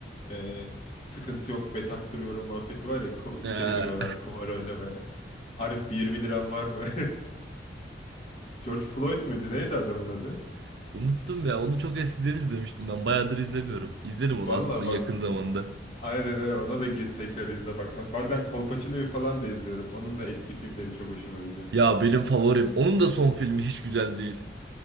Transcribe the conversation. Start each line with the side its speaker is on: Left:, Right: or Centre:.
Left: E, sıkıntı yok bet arttırıyorum muhabbeti var ya kum-
Right: Ee,
Left: içeri giriyorlar kumar oynamaya. Arif bir 20 liran var mı? <laughs> George Floyd muydu neydi adamın adı?
Right: <laughs> unuttum ya. Onu çok eskiden izlemiştim ben. Bayağıdır izlemiyorum. İzlerim onu
Left: Vallahi
Right: aslında yakın
Left: bak
Right: zamanda.
Left: Aynen öyle ona da gir tekrar izle bakmak. Bazen Kolpaçino'yu falan da izliyorum. Onun da eski filmleri çok hoşuma gidiyor.
Right: Ya benim favorim. Onun da son filmi hiç güzel değil.